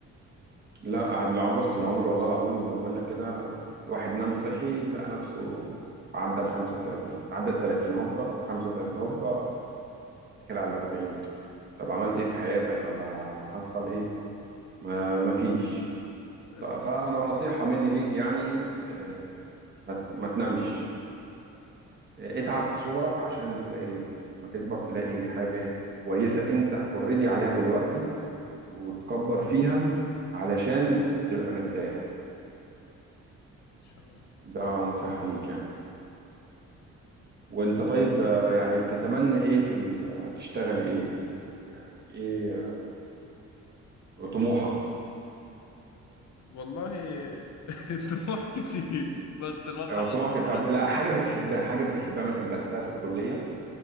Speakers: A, on the right; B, on the left.
A: لا الع- بص العمر والله العظيم زي ما بقول لك كده الواحد نام صحي لقى نفسه عدى ال 35 عدى ال 30 هوبا 35 هوبا داخل على ال 40 طب عملت ايه في حياتك ولا حصل ايه ما مفيش
B: بس
A: طب
B: إن
A: فانا نصيحه مني ليك يعني آه، ما ت- ما تنامش آه، اتعب في صغرك عشان تلاقي ما تكبر تلاقي حاجه كويسه انت اوريدي عليها دلوقتي وتكبر فيها علشان تبقى مرتاح
B: شاء الله
A: ده نصيحة ليك يعني وانت طيب آه، يعني بتتمنى ايه في ال- تشتغل ايه يعني ايه آه، طموحك
B: والله <laughs> الطموح كتير بس الواقع
A: آه،
B: أصعب
A: طموحك طب
B: شوية
A: لا حاجة بتحبها حاجة بتحبها مثلا درستها في الكلية